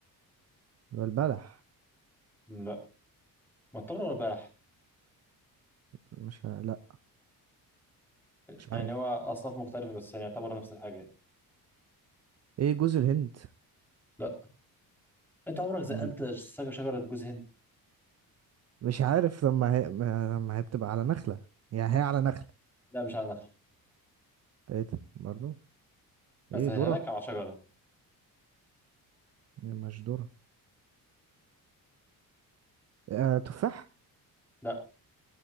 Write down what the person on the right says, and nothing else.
يبقى البلح
مش ه... لا مش
عارف
ايه جوز الهند
أمال إيه؟
مش عارف لما هي ما- لما هي بتبقى على نخلة يعني هي على نخلة
ايه ده برضو ايه
ذرة
إيه مش ذرة آه تفاح